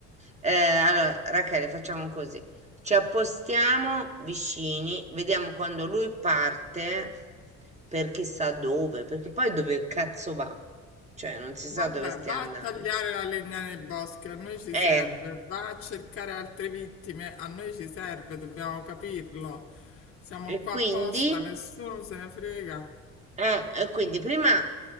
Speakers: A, on the right; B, on the left.
A: Eh, allora, Rachele, facciamo così. Ci appostiamo vicini, vediamo quando lui parte per chissà dove, perché poi dove cazzo va? Cioè, non si sa
B: Vabbè,
A: dove stia
B: va
A: andando.
B: a tagliare la legna nei boschi, a noi ci
A: Eh,
B: serve. Va a cercare altre vittime, a noi ci serve, dobbiamo capirlo. Siamo
A: e
B: qua
A: quindi...
B: apposta, nessuno se ne frega.
A: Eh, e quindi prima